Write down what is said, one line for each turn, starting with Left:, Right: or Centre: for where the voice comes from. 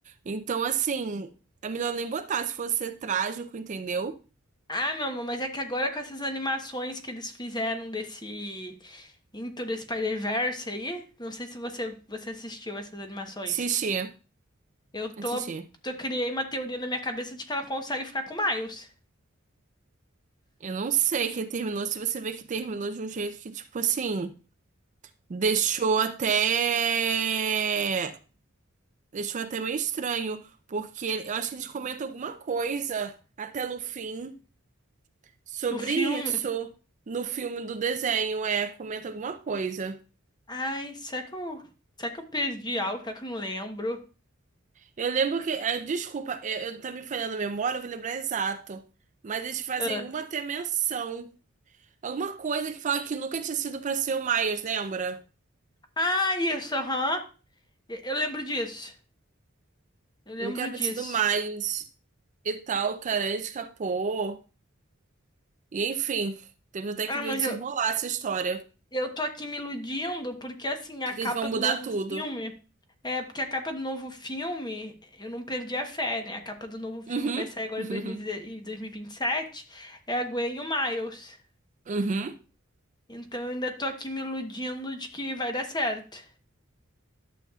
Right: Então, assim, é melhor nem botar se fosse trágico, entendeu?
Left: Ah, meu amor, mas é que agora com essas animações que eles fizeram desse Into the Spider-Verse aí, não sei se você, você assistiu essas animações.
Right: Assistir,
Left: Eu tô,
Right: assistir.
Left: tô criei uma teoria na minha cabeça de que ela consegue ficar com o Miles
Right: Eu não sei que terminou, se você vê que terminou de um jeito que, tipo assim, deixou até. Deixou até meio estranho, porque eu acho que eles comentam alguma coisa até no fim sobre
Left: do filme.
Right: isso. No filme do desenho, é, comenta alguma coisa.
Left: Ai, será que eu, será que eu perdi algo? Será que eu não lembro?
Right: Eu lembro que. eh, Desculpa, eh, eu, tá me falhando a memória, eu vou lembrar exato. Mas eles fazem
Left: Ah,
Right: alguma até menção. Alguma coisa que fala que nunca tinha sido pra ser o Miles, lembra?
Left: ah, isso, aham. Eu eu lembro disso. Eu lembro
Right: Nunca era pra
Left: disso.
Right: ter sido o Miles e tal, o cara escapou. E enfim, temos até
Left: Ah,
Right: que ver
Left: mas
Right: o desenrolar
Left: eu,
Right: essa história.
Left: eu tô aqui me iludindo porque assim, a
Right: De que
Left: capa
Right: eles vão mudar
Left: do novo
Right: tudo.
Left: filme. É, porque a capa do novo filme, eu não perdi a fé, né? A capa do novo filme
Right: Uhum.
Left: que vai sair agora
Right: <laughs>
Left: em 2016 2027 é a Gwen e o Miles.
Right: Uhum. Uhum.
Left: Então eu ainda tô aqui me iludindo de que vai dar certo.